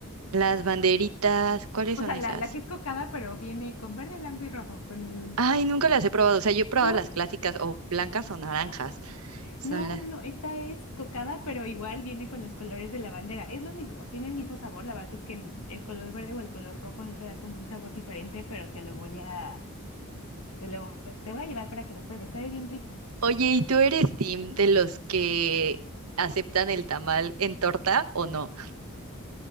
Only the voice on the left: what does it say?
O
sea,
la, la que es cocada, pero viene con verde, blanco y rojo, con... el-
¿No?
No,
no, no, esta es cocada, pero igual viene con los colores de la bandera. Es lo mismo, tiene el mismo sabor. La verdad es que n- el color verde o el color rojo no te da como un sabor diferente, pero te lo voy a, te lo, te voy a llevar para que lo pruebes. Sabe bien rica.